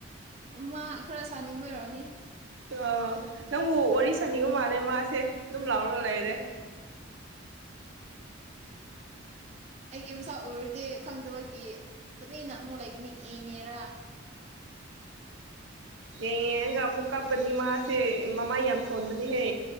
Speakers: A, on the right; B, on the right.
A: ꯃꯥ ꯈꯔ ꯁꯥꯅꯤꯡꯕ ꯑꯣꯏꯔꯛꯎꯅꯦ
B: ꯑ ꯅꯪ ꯋꯥꯔꯤ ꯁꯅꯤꯒꯨꯝ ꯃꯥꯜꯂꯦ ꯃꯥꯁꯦ ꯑꯗꯨꯝ ꯂꯥꯎꯔꯒ ꯂꯩꯔꯦ
A: ꯑꯩꯒꯤ ꯃꯁꯥ ꯎꯔꯗꯤ ꯈꯪꯗꯕꯒꯤ ꯃꯤꯅ ꯑꯃꯨꯛ ꯂꯩꯒꯅꯤ ꯌꯦꯡꯉꯦꯔ
B: ꯌꯦꯡꯌꯦꯡꯒ ꯑꯃꯨꯛ ꯀꯞꯀꯅꯤ ꯃꯥꯁꯦ ꯃꯃꯥ ꯌꯥꯝ ꯁꯣꯟꯕꯅꯤꯍꯦ